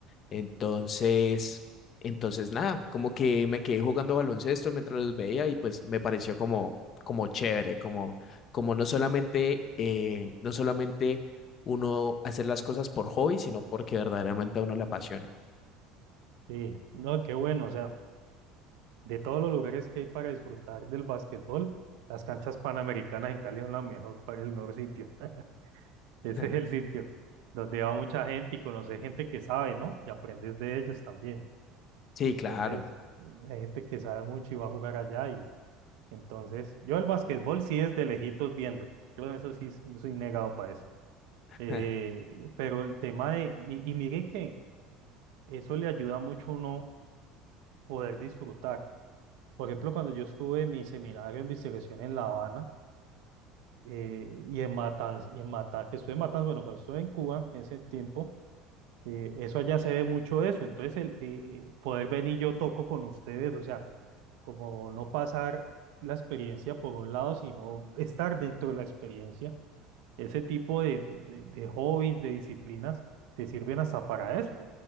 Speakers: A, on the left; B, on the right.
A: Entonces, entonces nada, como que me quedé jugando baloncesto mientras los veía y pues me pareció como, como chévere, como, como no solamente, eh, no solamente uno hacer las cosas por hobby, sino porque verdaderamente a uno le apasiona.
B: Sí, no, qué bueno. O sea, de todos los lugares que hay para disfrutar del básquetbol, las canchas panamericanas en Cali son la mejor, pa- el mejor sitio. <laughs> Ese
A: <laughs>
B: es el sitio donde va mucha gente y conoces gente que sabe, ¿no? Y aprendes de ellos también.
A: Sí, claro.
B: Entonces, hay gente que sabe mucho y va a jugar allá y Entonces, yo el básquetbol sí es de lejitos viendo. Yo en eso sí s- soy negado para eso.
A: <laughs>
B: Eh, pero el tema de, y, y mire que eso le ayuda mucho a uno poder disfrutar. Por ejemplo, cuando yo estuve en mi seminario de investigación en La Habana eh, y en Matanzas, y en Mata, que estuve en Matanzas, bueno, cuando estuve en Cuba en ese tiempo, eh, eso allá se ve mucho de eso. Entonces, el eh, eh, poder venir yo toco con ustedes, o sea, como no pasar la experiencia por un lado, sino estar dentro de la experiencia Ese tipo de, de- de hobbies, de disciplinas, te sirven hasta para eso,